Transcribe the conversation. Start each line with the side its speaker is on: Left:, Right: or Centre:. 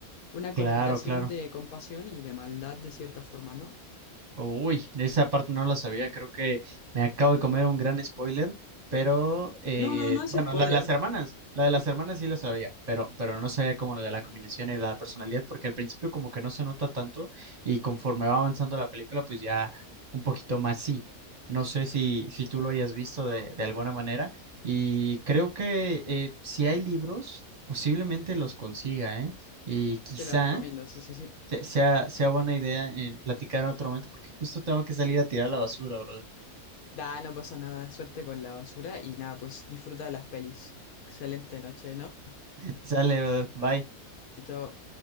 Left: una
Right: claro,
Left: combinación
Right: claro.
Left: de compasión y de maldad de cierta forma, ¿no?
Right: Uy, de esa parte no la sabía, creo que me acabo de comer un gran spoiler, pero eh,
Left: No, no, no es
Right: bueno,
Left: spoiler,
Right: la de las hermanas, la de las
Left: por-
Right: hermanas sí la sabía, pero, pero no sabía como lo de la combinación y la personalidad, porque al principio como que no se nota tanto y conforme va avanzando la película, pues ya un poquito más sí. No sé si, si tú lo hayas visto de, de alguna manera y creo que eh, si hay libros, posiblemente los consiga, ¿eh? Y quizá
Left: te lo recomiendo, sí, sí, sí.
Right: se- sea, sea buena idea eh, platicar en otro momento porque justo tengo que salir a tirar la basura, brother.
Left: Da, no pasa nada, suerte con la basura y nada, pues disfruta de las pelis. Excelente noche, ¿no?
Right: <laughs> Sale, brother. Bye.
Left: Chao, chao.